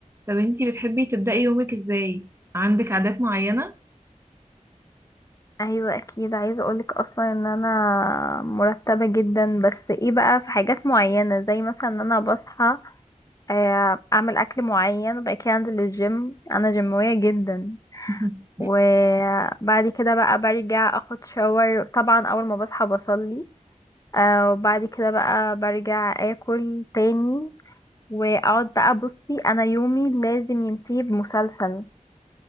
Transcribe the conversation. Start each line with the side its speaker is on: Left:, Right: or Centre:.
Right: طب انتي بتحبي تبدأي يومك ازاي عندك عادات معينة
Left: ايوه اكيد عايزه اقولك اصلا ان انا مرتبه جدا بس ايه بقى في حاجات معينه زي مثلا ان انا بصحى آه، اعمل اكل معين وبعد كده انزل الجيم انا جيمويه جدا
Right: <laughs>
Left: وبعد كده بقى برجع اخد شاور طبعا اول ما بصحى بصلي آه، وبعد كده بقى برجع اكل تاني واقعد بقى بصي انا يومي لازم ينتهي بمسلسل